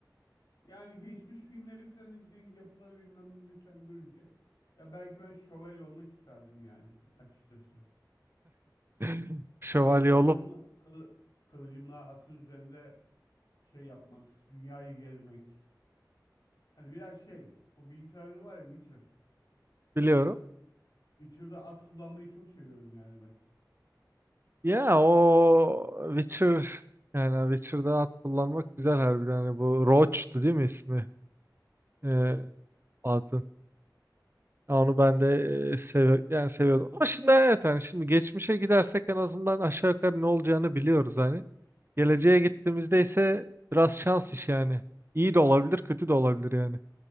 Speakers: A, on the left; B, on the right.
A: Yani geçmiş filmleri falan izleyince, yapıları bilmem neleri falan görünce ya belki ben şövalye olmak isterdim yani açıkçası.
B: <laughs> Şövalye
A: Hani kılıcımla,
B: olup
A: kılı, kılıcımla atın üzerinde şey yapmak, dünyayı gezmek. Hani biraz şey, bu bilgisayar oyunu var ya Witcher.
B: biliyorum.
A: Witcher'da at kullanmayı çok seviyorum yani ben.
B: Ya o Witcher yani Witcher'da at kullanmak güzel harbiden. Hani bu Roach'tu değil mi ismi? Ee,
A: Evet.
B: adın. Ya Onu ben de e, sev yani seviyordum. Ama şimdi evet yani şimdi geçmişe gidersek en azından aşağı yukarı ne olacağını biliyoruz hani. Geleceğe gittiğimizde ise biraz şans iş yani. İyi de olabilir, kötü de olabilir yani.